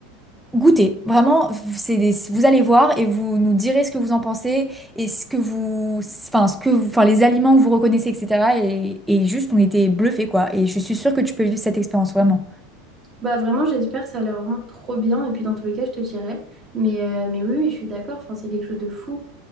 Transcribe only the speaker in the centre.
Goûtez, vraiment, c'est des- vous allez voir et vous nous direz ce que vous en pensez et ce que vous, enfin, ce que vous, enfin, les aliments que vous reconnaissez, etc. Et, et juste, on était bluffés, quoi. Et je suis sûre que tu peux vivre cette expérience, vraiment.